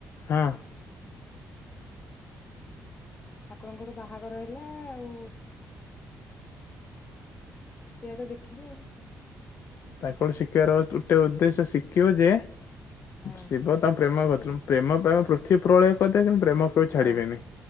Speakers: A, on the left; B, on the left.
A: ହଁ।
B: ଠାକୁରଙ୍କର ବାହାଘର ହେଲା ଆଉ। ଏଆ ତ ଦେଖିଲୁ ଆଉ।
A: ତାଙ୍କଠୁ ଶିଖିବାର ଗୋଟେ ଉଦ୍ଦେଶ୍ୟ ଶିଖିବ ଯେ
B: ଆଉ।
A: ଶିବ ତାଙ୍କ ପ୍ରେମ ଗତ। ପ୍ରେମ ପ୍ରେମ ପୃଥିବୀ ପ୍ରଳୟ କରିଦେବେ। କିନ୍ତୁ ପ୍ରେମ ଛାଡିବେନି
B: ହଁ